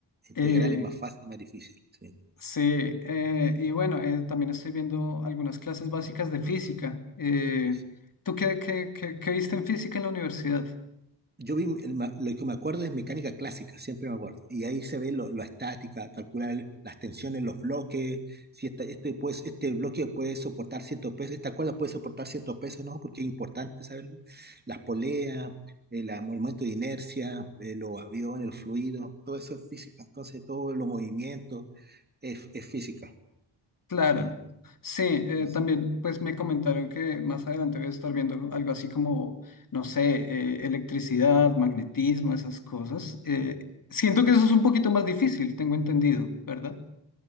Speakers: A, on the right; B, on the left.
A: Integral
B: Eh,
A: es más fácil, más difícil. Sí,
B: sí, eh, y bueno, eh, también estoy viendo algunas clases básicas de física. Eh,
A: sí, sí.
B: ¿tú qué, qué, qué, qué viste en física en la universidad?
A: Yo vi, el ma- lo que me acuerdo es mecánica clásica, siempre me acuerdo. Y ahí se ve lo, la estática, calcular el- las tensiones, los bloques, si esta- este, pues, este bloque puede soportar cierto peso, esta cuerda puede soportar cierto peso, ¿no? Porque es importante saberlo. Las poleas, el, el momento de inercia, eh, los aviones, el fluido, todo eso es física. Entonces, todos los movimientos es, es física.
B: Claro,
A: Mm,
B: sí, eh,
A: mm.
B: también pues me comentaron que más adelante voy a estar viendo algo así como, no sé, eh, electricidad, magnetismo,
A: Ah,
B: esas cosas.
A: también.
B: Eh, siento que eso es un poquito más difícil, tengo entendido, ¿verdad?